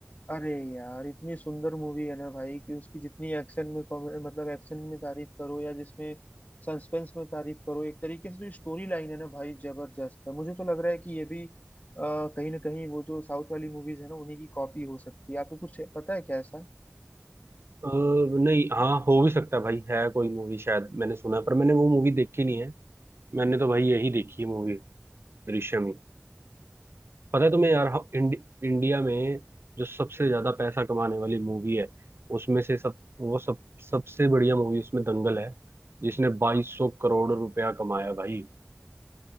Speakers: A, on the left; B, on the right.
A: अरे यार इतनी सुंदर मूवी है ना भाई कि उसकी जितनी एक्शन में कॉमे- मतलब एक्शन में तारीफ करो या जिसमें सस्पेंस में तारीफ करो एक तरीके से जो स्टोरी लाइन है ना भाई जबरदस्त है मुझे तो लग रहा है कि ये भी अ, कहीं ना कहीं वो जो साउथ वाली मूवीज है ना उन्हीं की कॉपी हो सकती है आपको कुछ है- पता है क्या ऐसा
B: अ, नहीं हाँ हो भी सकता है भाई है कोई मूवी शायद मैंने सुना है पर मैंने वो मूवी देखी नहीं है मैंने तो भाई यही देखी है मूवी दृश्यम ही पता है तुम्हें यार हम- इंड, इंडिया में जो सबसे ज्यादा पैसा कमाने वाली मूवी है उसमें से सब वो सब सबसे बढ़िया मूवी उसमें दंगल है जिसने 2200 करोड़ रुपया कमाया भाई